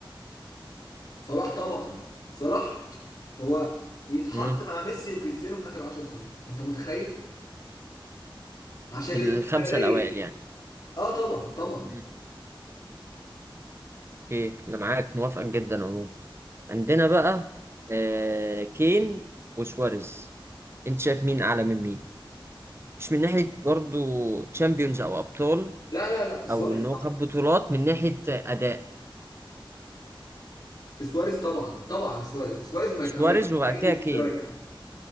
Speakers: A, on the left; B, on the right.
A: صلاح طبعا صلاح هو يتحط
B: مم.
A: مع ميسي وكريستيانو في اخر 10 سنين انت متخيل؟ عشان
B: في
A: الاستمرارية
B: الخمسه الاوائل يعني
A: اه طبعا طبعا
B: مم. اوكي انا معاك موافق جدا عموما عندنا بقى آه، كين وسواريز انت شايف مين اعلى من مين مش من ناحية برضو تشامبيونز او ابطال
A: لا لا لا سواريز
B: او ان
A: طبعا
B: هو خد بطولات من ناحية اداء
A: سواريز طبعا طبعا سواريز سواريز ما
B: سواريز
A: يتقارنش
B: وبعد
A: باي
B: كده
A: سترايكر
B: كين